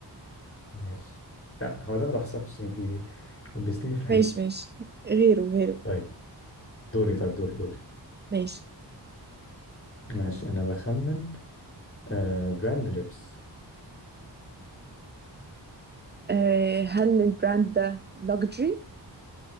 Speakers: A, on the left; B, on the right.
A: ماشي لا هو ده ما تحسبش أنت لبستيني في الحيط
B: ماشي
A: كده
B: ماشي غيره غيره
A: طيب دوري طيب دوري دوري
B: ماشي
A: ماشي أنا بخمن آه براند لبس
B: أه هل البراند ده لوكجري